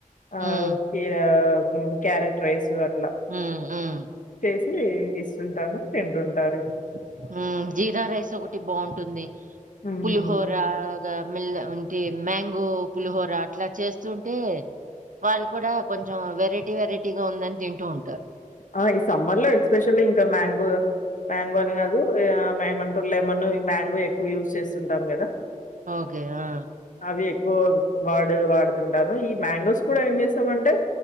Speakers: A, on the left (about 65°); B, on the right (about 70°).
A: ఆ
B: హ్మ్
A: క్యా క్యారెట్ రైస్ అట్లా
B: హ్మ్ హ్మ్
A: చేసి ఇస్తుంటాను తింటుంటారు
B: ఉమ్ జీరా రైస్ ఒకటి బాగుంటుంది
A: హ్మ్
B: పులిహోర పుల్ ది మ్యాంగో పులిహోర అట్లా చేస్తు ఉంటే వాళ్ళు కూడా కొంచెం వెరైటీ వెరైటీగా ఉందని తింటూ ఉంటారు.
A: ఆ ఈ సమ్మర్ లో ఎక్స్పెషల్లీ ఇంకా మ్యాంగో మ్యాంగో అని కాదు ఏ ఏమంటూ లేమను ఈ మ్యాంగో ఎక్కువ యూజ్ చేస్తుంటాం కదా
B: ఓకే ఆ
A: అవి ఎక్కువ వాడు వాడుతుంటాను ఈ మ్యాంగోస్ కూడా ఏం చేస్తామంటే